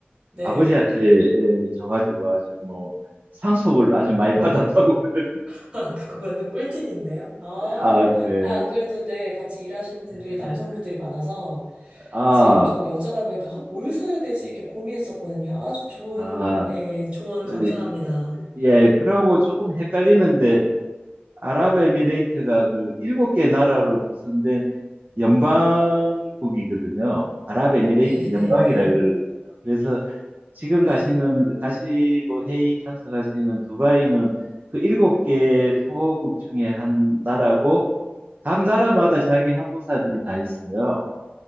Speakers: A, on the right (about 25°); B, on the right (about 45°).
A: 네.
B: 아버지한테 에, 줘가지고 아주 뭐 상속을 아주 많이 받았다고 <laughs> 그래.
A: <laughs> 아, 그거 완전 꿀팁인데요? 아,
B: 아, 네.
A: 아, 안 그래도 네, 같이 일하시는 분들이
B: <laughs>
A: 남성분들이 많아서
B: 아,
A: 지금 전 여자다 보니까 아, 뭘 사야 되지? 이렇게 고민했었거든요. 아주 좋은,
B: 아,
A: 예, 조언
B: 네.
A: 감사합니다.
B: 예, 그러고 조금 헷갈리는데 아랍에미레이트가 그 일곱 개 나라로 구성된 연방국이거든요. 아랍에미레이트
A: 네, 네,
B: 연방이라
A: 네,
B: 그러거든요. 그래서 지금
A: 네.
B: 가시는 가시고 회의 참석하시는 두바이는 그 일곱 개 토호국 중에 한 나라고 각 나라마다 자기 항공사들이 다 있어요.